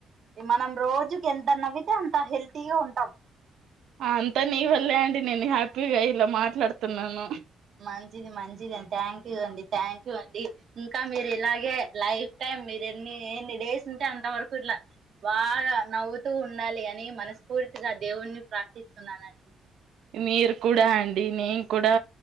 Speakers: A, on the right (about 55°); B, on the right (about 75°).
A: మనం రోజుకేంత నవ్వితే అంత హెల్తీగా ఉంటాం
B: అంతా నీ వల్లే అండి నేను హ్యాపీగా ఇలా మాట్లాడుతున్నాను
A: మంచిది మంచిదండి థ్యాంక్ యూ అండి థ్యాంక్ యూ అండి ఇంకా మీరు ఇలాగే లైఫ్ టైం మీరు ఎన్ని ఏన్నిడేసుంటే అంత వరకిట్లా బాగ నవ్వుతూ ఉండాలి అని మనస్ఫూర్తిగా దేవుణ్ణి ప్రార్థిస్తున్నానండి
B: మీరు కూడా అండి నేను కూడా